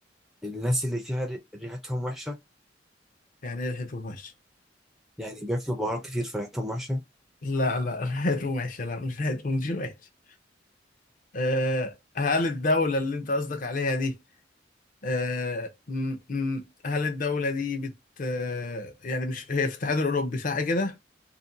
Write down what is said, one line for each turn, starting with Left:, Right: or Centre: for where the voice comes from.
Centre: الناس اللي فيها ري- ريحتهم وحشة
Left: يعني لحقته ماشي
Centre: يعني بياكلوا بهارات كتير فريحتهم وحشة
Left: لا لا <laughs> لحقته ماشي لا مش لحقته مش ماشي آه هل الدولة اللي انت قصدك عليها دي آه، م- م- هل الدولة دي بت آه، يعني مش هي في الاتحاد الأوروبي صح كده؟